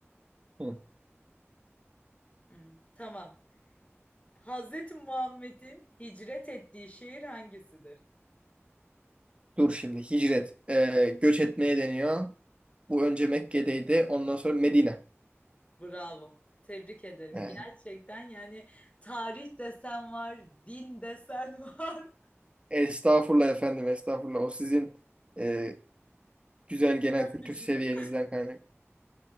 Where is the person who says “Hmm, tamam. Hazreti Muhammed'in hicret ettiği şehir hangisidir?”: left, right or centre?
Left